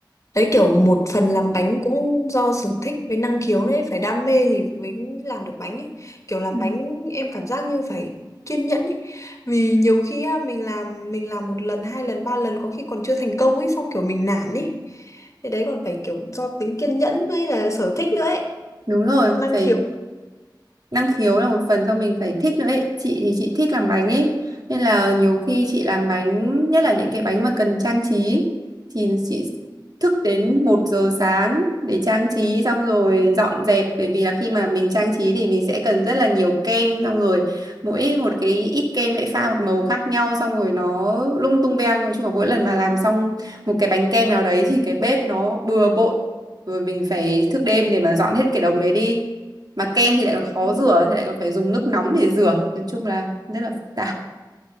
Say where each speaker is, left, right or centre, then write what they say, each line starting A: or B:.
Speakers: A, on the left (about 40°); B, on the right (about 55°).
A: đấy kiểu một phần làm bánh cũng do sở thích với năng khiếu đấy phải đam mê thì mới làm được bánh ấy kiểu làm
B: ừ,
A: bánh em cảm giác như phải kiên nhẫn ấy vì nhiều khi á, mình làm mình làm một lần hai lần ba lần có khi còn chưa thành công ấy xong kiểu mình nản ấy thế đấy còn phải kiểu do tính kiên nhẫn với là sở thích nữa ấy
B: đúng rồi
A: năng
B: phải
A: khiếu
B: năng khiếu là một phần do mình phải thích nữa ấy chị thì chị thích làm bánh ấy nên là nhiều khi chị làm bánh nhất là những cái bánh mà cần trang trí thì chị thức đến một giờ sáng để trang trí xong rồi dọn dẹp bởi vì là khi mà mình trang trí thì mình sẽ cần rất là nhiều kem xong rồi mỗi một cái ít kem lại pha một màu khác nhau xong rồi nó lung tung beng nói chung là mỗi lần mà làm xong một cái bánh kem nào đấy thì cái bếp nó bừa bộn rồi mình phải thức đêm để mà dọn hết cái đống đấy đi mà kem thì lại còn khó
A: Đúng,
B: rửa thì lại còn phải dùng nước nóng để rửa nói chung là rất là phức tạp